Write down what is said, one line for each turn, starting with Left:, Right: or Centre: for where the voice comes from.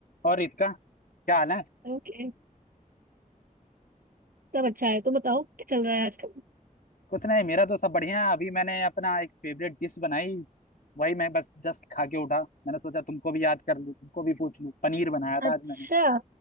Left: और ईद का क्या हाल है
Right: Okay सब अच्छा है तो बताओ क्या चल रहा है आजकल
Left: कुछ नहीं मेरा तो सब बढ़िया है अभी मैंने अपना एक फेवरेट डिश बनाई वही मैं बस जस्ट खा के उठा मैंने सोचा तुमको भी याद कर लूँ तुमको भी पूछ लूँ पनीर बनाया था
Right: अच्छा
Left: आज मैंने